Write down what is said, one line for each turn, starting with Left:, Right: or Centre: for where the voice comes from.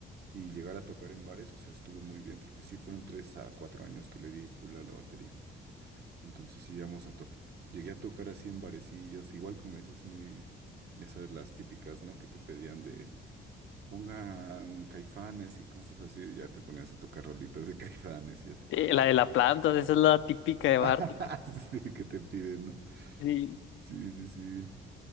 Right: y llegar a tocar en bares, o sea, estuvo muy bien, porque sí fueron tres a cuatro años que le di full a la batería, entonces sí llegamos a tocar, llegué a tocar así en barecillos, igual como dices, muy, ya sabes, las típicas, ¿no? Que te pedían de Pongan Caifanes y cosas así, y ya te ponías a tocar rolitas de Caifanes y así.
Left: eh, la de la planta, esa es la típica de
Right: <laughs>
Left: Bartlett.
Right: Sí, que te piden, ¿no?
Left: Sí,
Right: Sí, sí, sí.